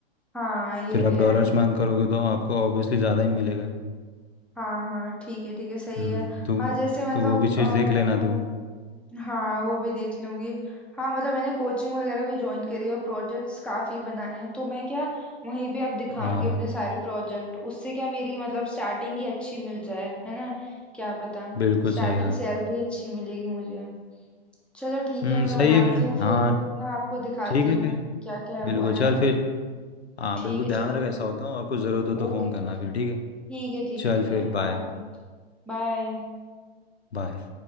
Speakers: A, in the centre; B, on the left.
A: हाँ ये
B: फिर
A: भी
B: आप
A: है
B: डॉलर्स में earn करोगे तो आपको ऑब्वियसली ज़्यादा ही मिलेगा
A: हाँ हाँ ठीक है ठीक है सही
B: हम्म,
A: है
B: तो
A: हाँ जैसे मतलब
B: तो वो भी चीज़
A: अ,
B: देख
A: मैंने
B: लेना तू
A: हाँ वो भी देख लूंगी हाँ मतलब मैंने कोचिंग वगैरह भी ज्वाइन करी है और प्रोजेक्ट्स काफी बनाए हैं तो मैं क्या वहीं पे अब दिखाऊंगी
B: हाँ
A: अपने सारे प्रोजेक्ट उससे क्या मेरी मतलब स्टार्टिंग ही अच्छी मिल जाए है ना क्या पता
B: बिल्कुल
A: स्टार्टिंग
B: सही कहा
A: सैलरी अच्छी मिलेगी मुझे चलो ठीक
B: हम्म,
A: है मैं
B: सही
A: बनाती
B: है फिर
A: हूँ
B: हाँ
A: फिर ना आपको दिखाती
B: ठीक है
A: हूँ
B: फिर
A: क्या क्या हुआ
B: बिल्कुल चल
A: है ना
B: फिर हाँ
A: ठीक
B: बिल्कुल
A: है
B: ध्यान
A: चलो
B: रख ऐसा होता हूँ और कुछ ज़रूरत हो
A: ओके
B: तो फ़ोन करना फिर ठीक है
A: ठीक है ठीक
B: चल
A: है ठीक
B: फिर
A: है
B: बाय
A: ओके बाय
B: बाय